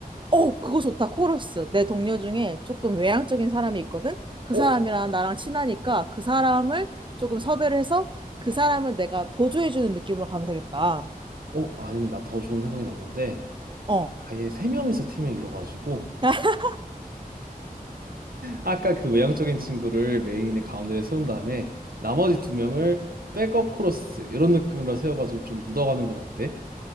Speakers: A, on the right (about 30°); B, on the right (about 70°).
A: 어, 그거 좋다. 코러스. 내 동료 중에 조금 외향적인 사람이 있거든? 그
B: 어?
A: 사람이랑 나랑 친하니까 그 사람을 조금 섭외를 해서 그 사람을 내가 보조해주는 느낌으로 가면 되겠다.
B: 어, 아니면 난 더 좋은 생각이 났는데
A: 어.
B: 아예 세 명이서 팀을 이뤄가지고
A: <laughs>
B: 아까 그 외향적인 친구를 메인의 가운데에 세운 다음에 나머지 두 명을 백업 코러스 이런 느낌으로 세워가지고 좀 묻어가는 건 어때?